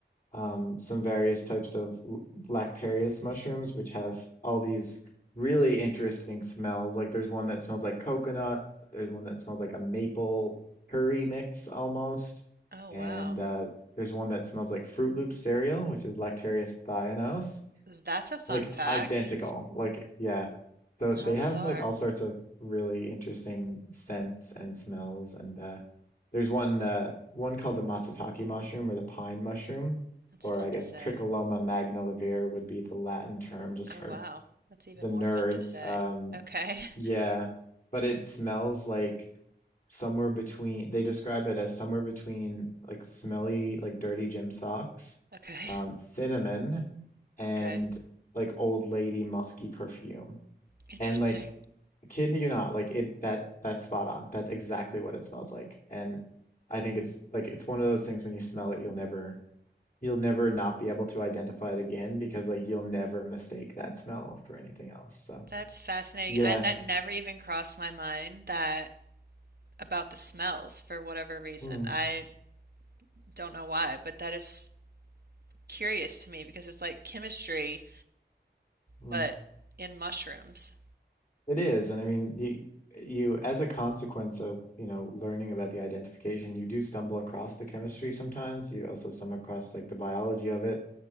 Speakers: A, on the left (about 45°); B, on the right (about 55°).
A: um, some various types of l- lactarius mushrooms, which have all these really interesting smells. Like there's one that smells like coconut, there's one that smells like a maple curry mix almost,
B: Oh,
A: and
B: wow.
A: uh, there's one that smells like Fruit Loop cereal, which is Lactarius thionos
B: That's a fun
A: like
B: fact.
A: identical. Like yeah. So they
B: How bizarre.
A: have like all sorts of really interesting scents and smells and uh there's one uh one called the matsutake mushroom or the pine mushroom
B: That's
A: or
B: fun
A: I guess
B: to say.
A: Tricholoma magnivelare would be the Latin term just
B: Oh,
A: for
B: wow. That's even
A: the nerds.
B: more fun to say.
A: Um
B: Okay. <laughs>
A: yeah, but it smells like somewhere between they describe it as somewhere between like smelly like dirty gym socks,
B: Okay.
A: um cinnamon and
B: Okay.
A: like old lady musky perfume.
B: Interesting.
A: And like kidding you not, like it that that's spot on. That's exactly what it smells like. And I think it's like it's one of those things when you smell it, you'll never you'll never not be able to identify it again because like you'll never mistake that smell for anything else. So
B: That's fascinating.
A: yeah,
B: I, that never even crossed my mind that about the smells for whatever reason.
A: mm,
B: I don't know why, but that is curious to me because it's like chemistry,
A: mm.
B: but in mushrooms.
A: It is. And I mean, you you as a consequence of, you know, learning about the identification, you do stumble across the chemistry sometimes. You also stumble across like the biology of it